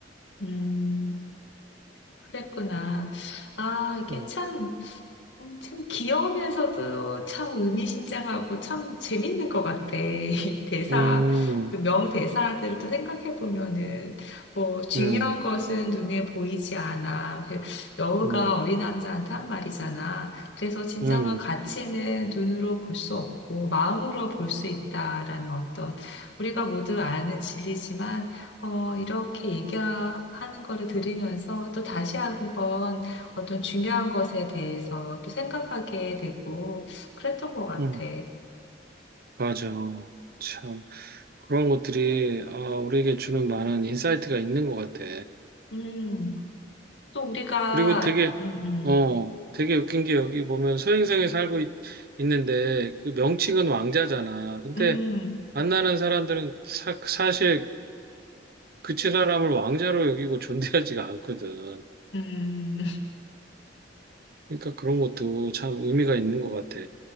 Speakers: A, on the left; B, on the right.
A: 음, 그랬구나. 아, 이게
B: 음,
A: 참 어, 참 귀여우면서도 참 의미심장하고 참 재밌는 것 같아. <laughs> 이 대사,
B: 음,
A: 그 명대사들도 생각해 보면은 뭐 중요한
B: 음,
A: 것은 눈에 보이지 않아. 그 여우가
B: 음,
A: 어린 왕자한테 한 말이잖아. 그래서 진정한
B: 음,
A: 가치는 눈으로 볼 수 없고 마음으로 볼 수 있다라는 어떤 우리가 모두 아는 진리지만 어, 이렇게 얘기하는 거를 들으면서 또 다시 한번 어떤 중요한 것에 대해서 또 생각하게 되고 그랬던 것 같아.
B: 음. 맞아. 참 그런 것들이 아, 우리에게 주는 많은 인사이트가 있는 것 같아.
A: 음, 또 우리가,
B: 그리고 되게,
A: 음,
B: 어, 되게 웃긴 게 여기 보면 소행성에 살고 있, 는데그 명칭은 왕자잖아. 근데
A: 음, 음,
B: 만나는 사람들은 사, 사실 그 사람을 왕자로 여기고 존대하지가 않거든.
A: 음, <laughs>
B: 그러니까 그런 것도 참 의미가 있는 것 같아.